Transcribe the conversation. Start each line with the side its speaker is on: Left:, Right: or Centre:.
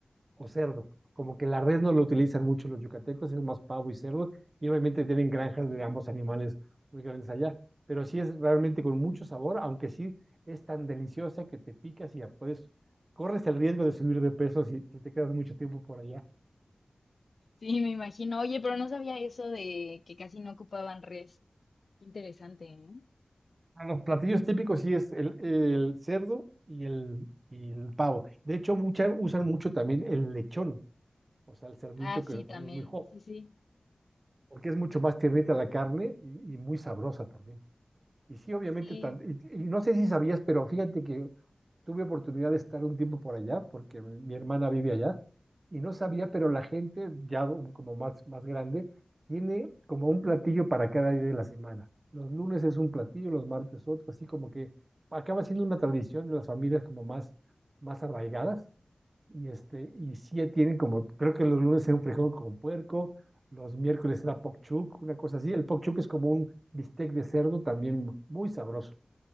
Right: o cerdo. Como que la red no lo utilizan mucho los yucatecos, es más pavo y cerdo, y obviamente tienen granjas de ambos animales muy grandes allá, pero sí es realmente con mucho sabor, aunque sí es tan deliciosa que te picas y ya puedes, corres el riesgo de subir de peso si, si te quedas mucho tiempo por allá.
Left: Sí, me imagino. Oye, pero no sabía eso de que casi no ocupaban res. Qué interesante, ¿eh?
Right: A Los platillos típicos sí es el, el cerdo y el, y el pavo. De hecho, mucha, usan mucho también el lechón, o sea, el cerdito
Left: Ah, sí,
Right: que cuando
Left: también.
Right: es muy joven,
Left: Sí, sí.
Right: porque es mucho más tiernita la carne y y muy sabrosa también. Y sí, obviamente,
Left: Sí,
Right: tan- y, y no sé si sabías, pero fíjate que tuve oportunidad de estar un tiempo por allá, porque mi mi hermana vive allá, y no sabía, pero la gente, ya como más, más grande, tiene como un platillo para cada día de la semana. Los lunes es un platillo, los martes otro, así como que acaba siendo una tradición de las familias como más, más arraigadas, y este, y sí tienen como, creo que los lunes era un frijol con puerco, los miércoles era pokchuk, una cosa así. El pokchuk es como un bistec de cerdo también muy sabroso.